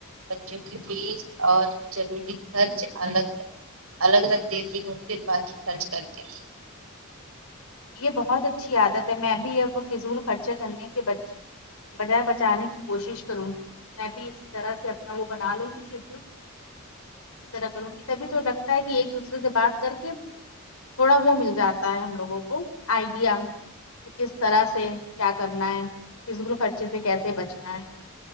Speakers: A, on the right (about 80°); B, on the left (about 85°).
A: بچوں کی فیس اور ضروری خرچ الگ الگ الگ دیتی ہوں پھر باقی خرچ کر کے
B: یہ بہت اچھی عادت ہے میں بھی یہ فضول خرچہ کرنے کے بچ بجائے بچانے کی کوشش کروں گی میں بھی اسی طرح سے اپنا وہ بنا لوں گی شو اسی طرح کروں گی تبھی تو لگتا ہے کہ ایک دوسرے سے بات کر کے تھوڑا وہ مل جاتا ہے ہم لوگوں کو آئیڈیا کہ کس طرح سے کیا کرنا ہے فضول خرچی خرچی سے کیسے بچنا ہے